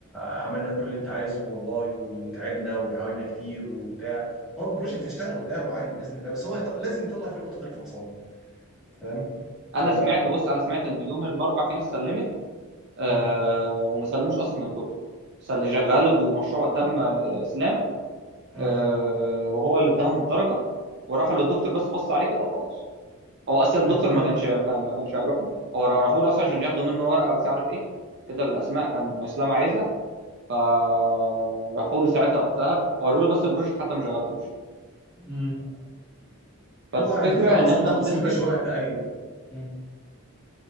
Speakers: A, in the centre; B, on the right (about 50°).
A: عملنا كل اللي انت عايزه والله وتعبنا وحاولنا كتير وبتاع هو البروجكت هيشتغل قدامه عادي باذن الله بس هو يط- لازم يطلع فيه لقطه الفطسان فاهم
B: انا
A: ف
B: سمعت بص انا سمعت ان يوم الاربع في ناس سلمت آه
A: مم.
B: وما سلموش اصلا الدكتور سل- شغلوا المشروع قدام اسلام
A: مم.
B: آه وهو اللي اداهم الدرجه وراحوا للدكتور بس بص عليه كده وخلاص هو اصلا الدكتور
A: طب كويس
B: ما كانش كان- ما كانش هيروح له هو را- راحوا له اصلا عشان ياخدوا منه ورقه مش عارف ايه كده بالاسماء كان اسلام عايزها فراحوا له ساعتها وقتها وروه له بس البروجكت حتى ما شغلهوش
A: مم.
B: فالفكره
A: هو على فكره ما
B: ان
A: اصل
B: احنا
A: خلاص
B: بنسبه
A: ما فيش وقت ايوه مم.